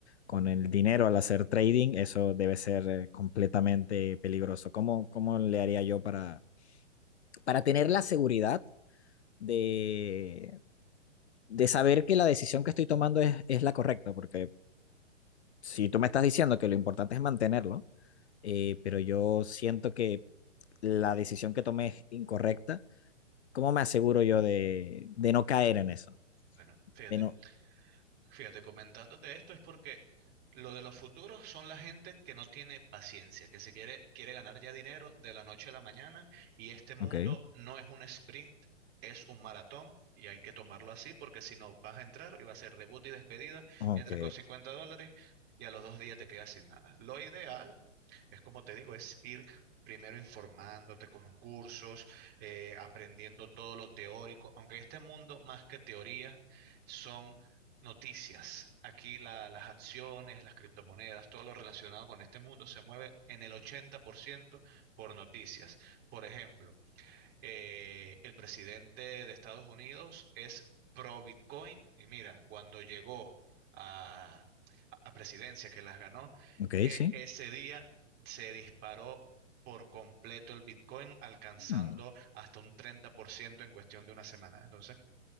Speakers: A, on the left; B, on the right.
A: con el dinero al hacer trading, eso debe ser eh, completamente peligroso. ¿Cómo, cómo le haría yo para, para tener la seguridad? de, de saber que la decisión que estoy tomando es, es la correcta, porque si tú me estás diciendo que lo importante es mantenerlo,
B: claro.
A: eh, pero yo siento que la decisión que tomé es incorrecta, ¿cómo me aseguro yo de, de no caer en eso?
B: Bueno, fíjate.
A: De no.
B: Fíjate, comentándote esto es porque lo de los futuros son la gente que no tiene paciencia, que se quiere, quiere ganar ya dinero de la noche a la mañana y este mundo
A: Ok,
B: no es un sprint, es un maratón y hay que tomarlo así porque si no vas a entrar y va a ser debut y despedida,
A: ok,
B: entras con 50 dólares y a los dos días te quedas sin nada. Lo ideal es como te digo, es ir primero informándote con cursos, eh, aprendiendo todo lo teórico, aunque este mundo más que teoría son noticias. Aquí la- las acciones, las criptomonedas, todo lo relacionado con este mundo se mueve en el ochenta por ciento por noticias. Por ejemplo, eh, el presidente de Estados Unidos es pro Bitcoin y mira, cuando llegó a, a presidencia que las ganó,
A: ok,
B: e-
A: sí.
B: ese día se disparó. por completo el Bitcoin, alcanzando
A: Hmm.
B: hasta un 30% en cuestión de una semana. Entonces,